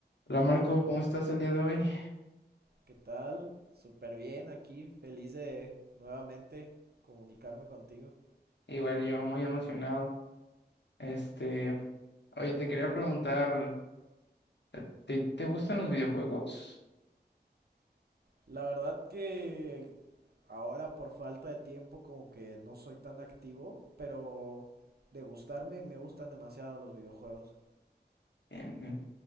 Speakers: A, on the left; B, on the right.
A: Hola Marco, ¿cómo estás el día de hoy?
B: ¿Qué tal? Súper bien aquí, feliz de nuevamente comunicarme contigo.
A: Igual yo, muy emocionado. Este, oye, te quería preguntar, eh, ¿te, te gustan los videojuegos?
B: La verdad que ahora por falta de tiempo como que no soy tan activo, pero de gustarme me gustan demasiado los videojuegos.
A: Bien,